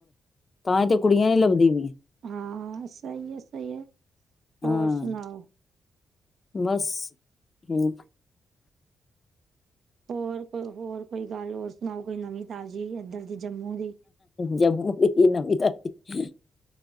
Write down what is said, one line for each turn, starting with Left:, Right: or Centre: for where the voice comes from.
Left: ਤਾਂਈ ਤੇ ਕੁੜੀਆਂ ਨੀ ਲੱਭਦੀ ਪਈਆਂ।
Right: ਹਾਂ ਸਹੀ ਏ, ਸਹੀ ਏ ਹੋਰ
Left: ਹਾਂ
Right: ਸੁਣਾਓ।
Left: ਬਸ <unintelligible>
Right: ਹੋਰ ਕੋਈ ਹੋਰ ਕੋਈ ਗੱਲ ਹੋਰ ਸੁਣਾਓ ਕੋਈ ਨਵੀਂ ਤਾਜ਼ੀ ਇੱਧਰ ਦੀ ਜੰਮੂ ਦੀ
Left: ਜੰਮੂ ਵੀ ਕੀ ਨਵੀ ਤਾਜੀ।